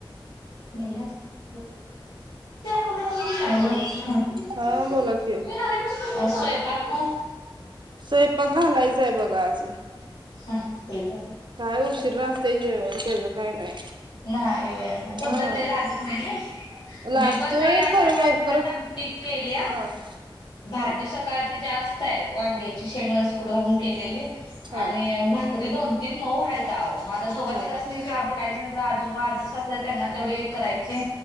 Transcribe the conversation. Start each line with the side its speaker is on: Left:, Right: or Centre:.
Left: <unintelligible> <inaudible> हॅलो ह. <inaudible>
Right: हा
Left: आज
Right: बोला की
Left: स्वैपाक पण
Right: स्वैपाक घालायचा हाय बघा अजून
Left: हा इकडे जा की.
Right: काय उशीरा असतय जेवण तेज काय नाही.
Left: नाही व्हय तुमच्यात
Right: हा
Left: लय लागत नाही नाय.
Right: लागतोय
Left: मी पण नाही आता
Right: खरं
Left: काय
Right: लवकर
Left: भात आमटीच केल्या
Right: हा
Left: भाजी
Right: हा
Left: सकाळ ची जास्त हाय वांग्याची शेंगदाण्याचा कुट घालून केलेली
Right: हा
Left: आणि भाकरी दोन ती <unintelligible> हायता वो म आता दोघा
Right: हा
Left: तिघास्नी काय बघायचं. जवळ आज्जसासू हाय त्यांना तेवढं एक करायची,